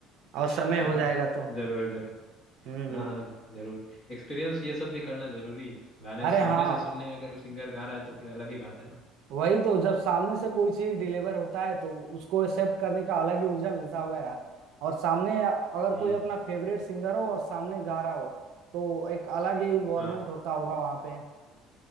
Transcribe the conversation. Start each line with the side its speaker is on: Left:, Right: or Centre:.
Right: और
Left: <laughs>
Right: समय हो जाएगा तो
Left: जरूर जरूर
Right: हम्म
Left: हाँ
Right: हम्म
Left: हाँ जरूर एक्सपीरियंस ये सब भी करना जरूरी है गाने
Right: अरे
Left: सामने
Right: हाँ
Left: से सुनने अगर सिंगर गा रहा है तो फिर अलग ही बात है ना
Right: वही तो जब सामने से कोई चीज डिलीवर होता है तो उसको एक्सेप्ट करने का अलग ही ऊर्जा मिलता होगा यार और सामने अगर
Left: हम्म
Right: कोई अपना फेवरेट सिंगर हो और सामने गा रहा हो तो एक अलग ही इन्वायरमेंट
Left: हाँ
Right: होता होगा वहां पे